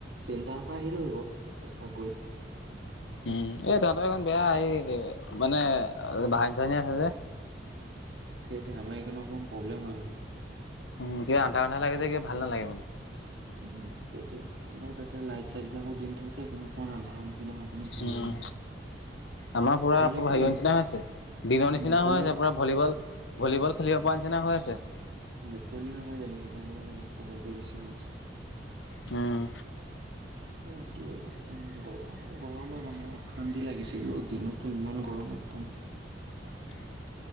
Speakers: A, on the right; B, on the left.
A: চিন্তাৰ পৰা আহিলো <unintelligible> আগুৰি।
B: উম, এই তহতৰ এখন বেয়া এই মানে বাহন চাহনি আছে যে
A: সেইটোৱে, আমাৰ এইকাৰণে অকন প্ৰব্লেম হয় মানে।
B: উম, কিবা আন্ধাৰ আন্ধাৰ লাগে যে কিবা ভাল নালাগে মানে।
A: উম, সেইটোৱে মই তাতে লাইট চাইট বিলাকো দিন থৈছে এইকাৰণে আন্ধাৰ <unintelligible> ভাল
B: উম
A: নহয়।
B: আমাৰ পুৰা
A: এজনে আকৌ
B: হেৰি নিচিনা হৈছে। দিনৰ নিচিনা
A: মুকলি
B: হই, তাৰ পৰা ভলীবল-ভলীবল খেলিব পৰা নিচিনা হৈ আছে।
A: মুকলি নহয় জানো, সেইকাৰণে পোহৰটো বেছি হয় আছে।
B: উম।
A: কি কৰিবি গৰম-গৰমে মানে অশান্তি লাগিছে কি অ, দিনতো ইমান গৰম তুম
B: <inaudible>